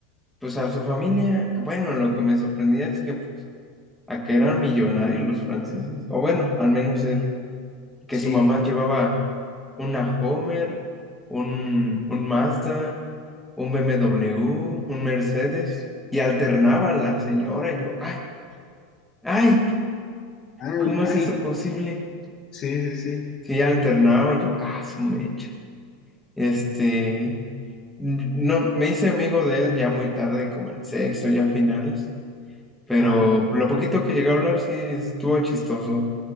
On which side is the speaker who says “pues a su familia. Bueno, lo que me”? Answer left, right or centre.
Centre